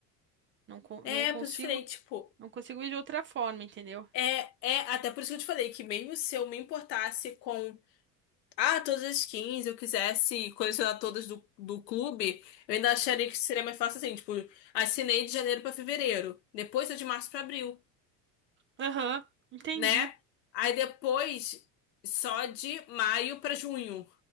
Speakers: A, on the right; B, on the left.
A: Não con-
B: É,
A: não consigo,
B: por diferente, tipo,
A: não consigo ir de outra forma, entendeu?
B: é, é, até por isso que eu te falei que mesmo se eu me importasse com, ah, todas as skins eu quisesse colecionar todas do, do clube, eu ainda acharia que seria mais fácil assim, tipo, assinei de janeiro pra fevereiro, depois é de março pra abril,
A: Aham, entendi.
B: né? Aí depois só de maio pra junho.